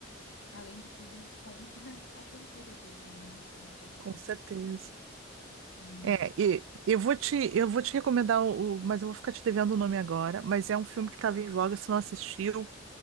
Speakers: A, on the left; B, on the right.
A: além de tudo, conta <laughs> a cultura deles, né? Que é uma coisa que
B: Com
A: eu gosto
B: certeza.
A: bastante. E
B: É, e eu vou te, eu vou te recomendar o, o- mas eu vou ficar te devendo o nome agora, mas é um filme que estava em voga, se não assistiu.